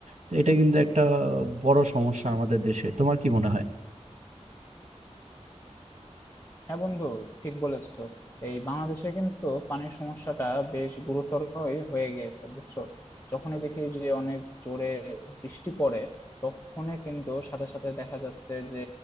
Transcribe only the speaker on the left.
হ্যাঁ বন্ধু ঠিক বলেছো এই বাংলাদেশে কিন্তু পানির সমস্যাটা বেশ গুরুতরই হয়ে গিয়েছে বুঝছো যখনই দেখি যে অনেক জোরে বৃষ্টি পড়ে তখনই কিন্তু সাথে সাথে দেখা যাচ্ছে যে